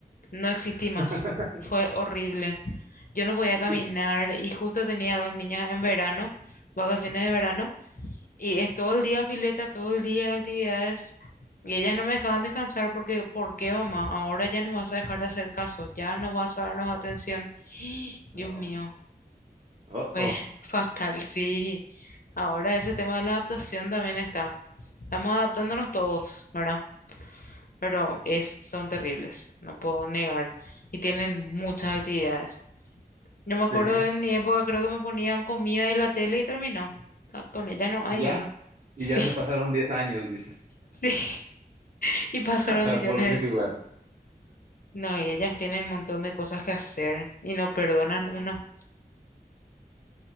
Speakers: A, on the left; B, on the right.
A: No existí
B: <laughs>
A: más. Fue horrible. Yo no podía
B: Hijo
A: caminar
B: de su-
A: y justo tenía dos niñas en verano, vacaciones
B: Ujú,
A: de verano. Y
B: ujú.
A: es todo el día pileta, todo el día actividades. Y ellas no me dejaban descansar porque, ¿por qué, mamá? Ahora ya nos vas a dejar de hacer caso, ya no vas a darnos atención. <gasps> Dios
B: Uh-oh.
A: mío,
B: Uh-oh.
A: fue <laughs> fatal, sí. Ahora ese tema de la adaptación también está. Estamos adaptándonos todos, ¿verdad? Pero
B: Oh,
A: es,
B: wow.
A: son terribles, no puedo negar. Y tienen muchas actividades. Yo me acuerdo
B: Sí, sí.
A: de en mi época, creo que me ponían comida y la tele y terminó. Ah, Con ellas no hay
B: Ya.
A: eso.
B: Y
A: Sí,
B: ya se pasaron
A: <laughs>
B: 10 años, dices.
A: sí. Y pasaron
B: <laughs>
A: millones.
B: Por mi figura.
A: No, y ellas tienen un montón de cosas que hacer y no perdonan una.